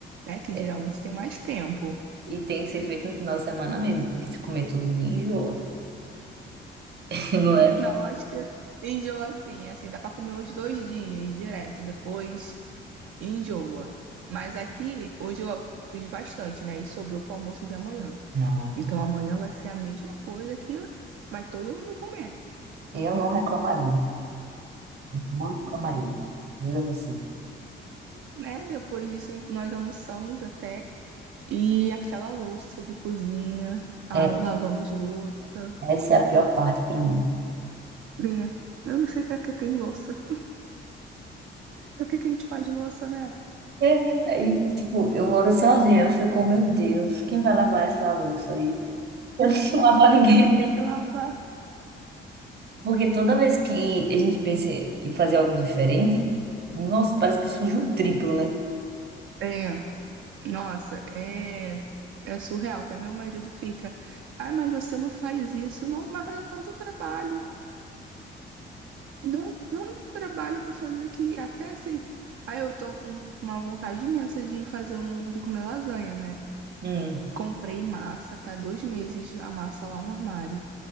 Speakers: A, on the right (about 80°); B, on the right (about 55°).
A: né? Que
B: É,
A: geralmente tem mais tempo.
B: e tem que ser feito no final de semana mesmo, porque se comer todo dia, enjoa. <laughs> Não é?
A: Não, acho que enjoa assim, assim, dá para comer uns dois dias direto, depois enjoa. Mas aqui, hoje eu fiz bastante, né? E sobrou para o almoço de amanhã.
B: Não,
A: Então
B: que bom.
A: amanhã vai ser a mesma coisa que vai todo mundo comer.
B: eu não reclamaria. Não reclamaria. Juro a você.
A: né? Depois disso, a gente- nós almoçamos até. E aquela louça de cozinha, a,
B: É,
A: lavamos louça.
B: essa é a pior parte pra mim.
A: né? eu não sei pra que tem louça. Pra que que a gente faz louça, né?
B: É, aí, tipo, eu moro sozinha. Eu fico, meu Deus, quem vai lavar essa louça aí? <laughs> Eu não vou lavar ninguém.
A: Eu tenho que lavar.
B: Porque toda vez que a gente pensa em fazer algo diferente, nossa, parece que suja o triplo, né?
A: É, nossa, é, é surreal. Até meu marido fica, ai, mas você não faz isso, não, mas dá tanto trabalho. Dá tanto trabalho pra fazer que até assim. Aí eu tô com uma vontade imensa de fazer um, de comer lasanha, né?
B: Hum,
A: Comprei massa, tá dois meses a massa lá no armário.